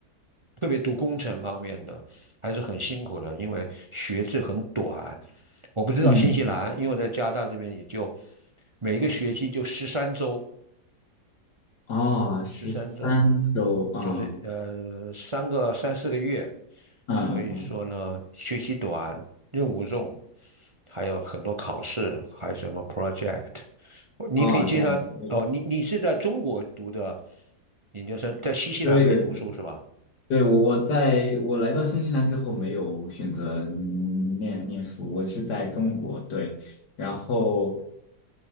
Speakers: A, on the right; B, on the left.
A: 特别读工程方面的还是很辛苦的，因为学制很短。我不知道新西兰，
B: 嗯，
A: 因为我在加拿大这边也就每一个学期就十三周，
B: 哦，十三周啊，
A: 十三周，就是呃三个三四个月，
B: 嗯嗯嗯，
A: 所以说呢，学习短，任务重，还有很多考试，还有什么 project，你可以介绍哦，
B: 哦，这样子，对。
A: 你你是在中国读的研究生，在新西兰没读书是吧？
B: 对对对，我我在我来到新西兰之后没有选择念念书，我是在中国，对，然后